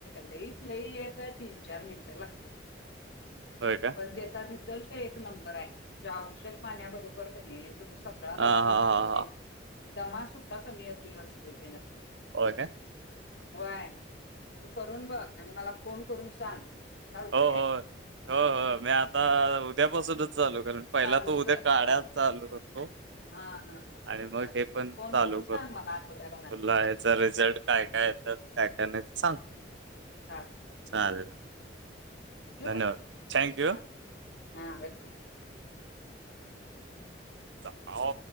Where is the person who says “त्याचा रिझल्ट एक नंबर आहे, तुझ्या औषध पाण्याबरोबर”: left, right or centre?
Left